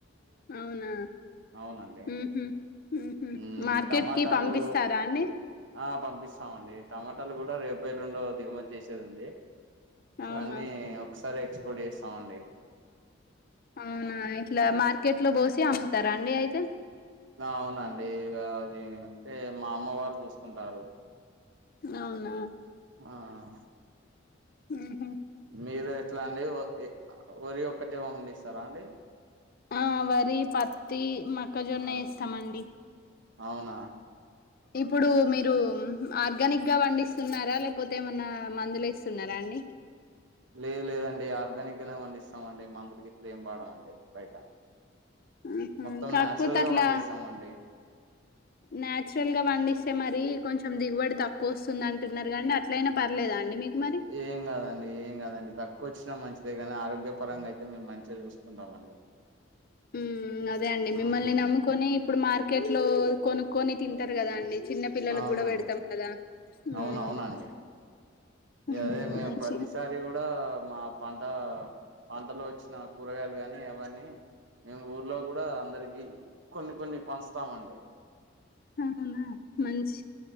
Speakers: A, on the left; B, on the right.
A: అవునా
B: అవునండి
A: మ్ హ్ మ్ హ్
B: ఉమ్
A: మార్కెట్కి
B: టమాటాలు
A: పంపిస్తారా అండి.
B: ఆ పంపిస్తామండి టమాటాలు గుడా రేపో, ఎల్లుండో దిగుమతి చేసేదుంది.
A: అవునా
B: ఇవన్నీ ఒక్సారే ఎక్స్పోర్ట్ చేస్తమండి.
A: అవునా ఇట్లా మార్కెట్లో బోసి అమ్ముతారా అండి అయితే
B: ఆ అవునండి ఇగ అది అంటే మా అమ్మవారు చూస్కుంటారు.
A: అవునా.
B: ఆహ్.
A: మ్
B: మీరు ఎట్లా అండి ఒ ఎ ఒరి ఒక్కటే పండిస్తారా అండి.
A: ఆహ్ వరి పత్తి మొక్కజొన్న
B: ఆ
A: ఎస్తామండి.
B: అవునా.
A: ఇప్పుడు మీరు ఆర్గానిక్గా పండిస్తున్నారా లేకపోతే ఏమన్నా మందులు ఏస్తున్నారా అండి.
B: లేదు లేదండి ఆర్గానిక్ గానే పండిస్తామండి మందులు గిట్ల ఏం వాడమండి బయట
A: ఆహా
B: మొత్తం
A: కాకపోతే
B: నాచురల్
A: అట్లా
B: గా పండిస్తామండి.
A: నాచురల్ గా పండిస్తే మరి కొంచెం దిగుబడి తక్కువ వస్తుంది అంటున్నారు కానీ అట్లయినా పర్లేదా అండి మీకు. మరి
B: ఏం కాదండి ఏం కాదండి తక్కువ వచ్చినా మంచిదే కానీ ఆరోగ్యపరంగా అయితే మేము మంచిగా చూస్. చూసుకుంటామండి.
A: ఉమ్ అదే అండి మిమ్మల్నే
B: అవునండి
A: నమ్ముకొని ఇప్పుడు మార్కెట్ లో కొనుక్కొని తింటారు కదా అండి. చిన్న పిల్లలకు
B: అవును
A: కూడా
B: అవునండి
A: పెడతాం కదా ఉమ్.
B: అవునవునండి.
A: ఉమ్
B: అదే మేము
A: మంచి
B: ప్రతిసారి కూడా. మా పంట పంటలో వచ్చిన కూరగాయలు గాని అవన్నీ. మేము ఊర్లో కూడా అందరికి కొన్ని కొన్ని పంచుతాము అండి.
A: అవునా మంచి